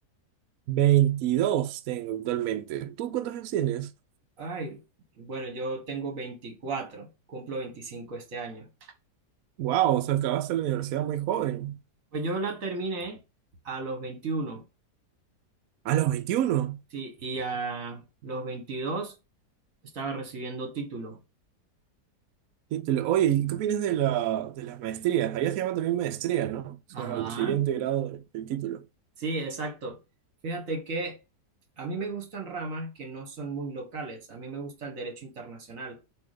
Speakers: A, on the right; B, on the right.
A: 22 tengo actualmente. ¿Tú cuántos años tienes?
B: Ay, bueno, yo tengo veinticuatro, cumplo veinticinco este año.
A: Wow, o sea, acabaste la universidad muy joven.
B: Pues yo la terminé a los veintiuno,
A: A los veintiuno.
B: sí, y a los veintidós estaba recibiendo título.
A: Sí, te lo- Oye, ¿y qué opinas de la, de las maestrías? Allá se llama también maestría, ¿no? O sea,
B: Ajá,
A: el siguiente grado de- del título.
B: sí, exacto. Fíjate que A mí me gustan ramas que no son muy locales. A mí me gusta el derecho internacional